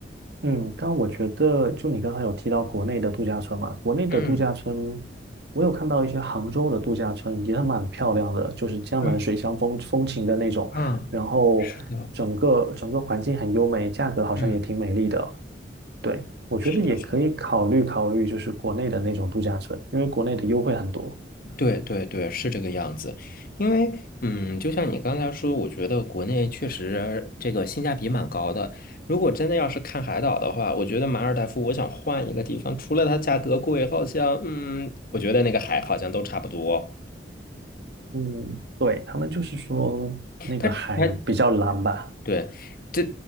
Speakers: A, on the right; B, on the left.
A: 嗯，但我觉得，就你刚才有提到国内的度假村嘛，国内的度假村，
B: 嗯
A: 我有看到一些杭州的度假村也蛮漂亮的，就是江南水乡风风情的那种，
B: 嗯啊，
A: 然后整个整个环境很优美，
B: 是的，
A: 价格好像也挺美丽的。
B: 嗯，
A: 对，我觉得也可以考虑考虑，
B: 是的，是的，
A: 就是国内的那种度假村，因为国内的优惠很多。
B: 对对对，是这个样子。因为，嗯，就像你刚才说，我觉得国内确实这个性价比蛮高的。如果真的要是看海岛的话，我觉得马尔代夫，我想换一个地方，除了它价格贵，好像，嗯，我觉得那个海好像都差不多。
A: 嗯，对，他们就是说那个海比较蓝吧，
B: 它它对，这